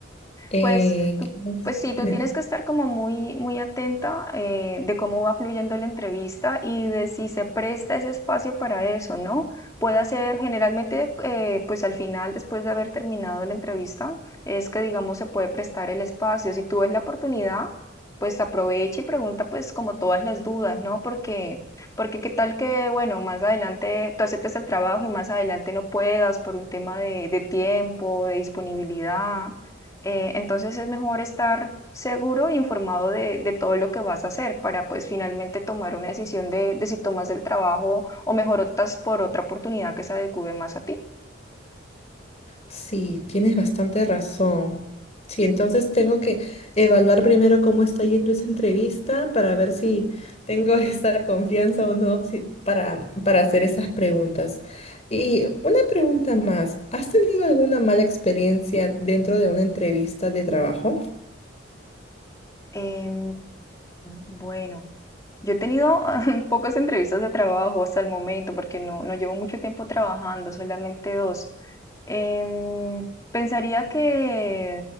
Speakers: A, on the left (about 35°); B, on the left (about 15°).
A: Eh,
B: Pues, tú,
A: ¿qué más?
B: pues sí,
A: Dime.
B: tú tienes que estar como muy, muy atenta eh, de cómo va fluyendo la entrevista y de si se presta ese espacio para eso, ¿no? Puede ser generalmente, eh, pues al final, después de haber terminado la entrevista, es que digamos se puede prestar el espacio. Si tú ves la oportunidad, pues aprovecha y pregunta pues como todas las dudas, ¿no? Porque, porque qué tal que, bueno, más adelante tú aceptes el trabajo y más adelante no puedas por un tema de, de tiempo, de disponibilidad. Eh, entonces es mejor estar seguro e informado de, de todo lo que vas a hacer para pues finalmente tomar una decisión de, de si tomas el trabajo o mejor optas por otra oportunidad que se adecue más a ti.
A: Sí, tienes bastante razón. Sí, entonces tengo que evaluar primero cómo está yendo esa entrevista para ver si tengo <laughs> esa confianza o no si- para, para hacer esas preguntas. Y una pregunta más, ¿has tenido alguna mala experiencia dentro de una entrevista de trabajo?
B: Em, bueno. Yo he tenido <laughs> pocas entrevistas de trabajo hasta el momento porque no, no llevo mucho tiempo trabajando, solamente dos. Em, pensaría que,